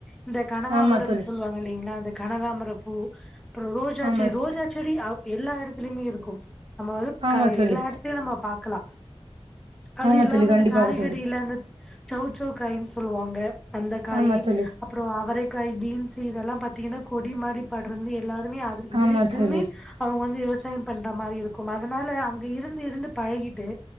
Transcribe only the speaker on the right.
ஆமா தோழி
ஆமா
தோழி,
ஆமா
தோழி
ஆமா
தோழி கண்டிப்பாக
தோழி
ஆமா தோழி
ஆமா
தோழி